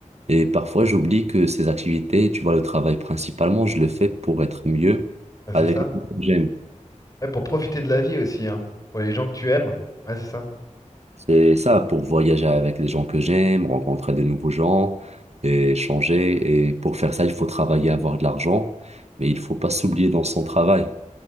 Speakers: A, on the right; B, on the left.
A: et parfois, j'oublie que ces activités, tu vois, le travail principalement, je le fais pour être mieux
B: Ah, c'est
A: avec
B: ça.
A: les gens que j'aime.
B: Ouais, pour profiter de la vie aussi, hein. Pour les gens que tu aimes. Ouais, c'est ça.
A: C'est ça, pour voyager avec les gens que j'aime, rencontrer de nouveaux gens, et changer. Et pour faire ça, il faut travailler, avoir de l'argent, mais il faut pas s'oublier dans son travail.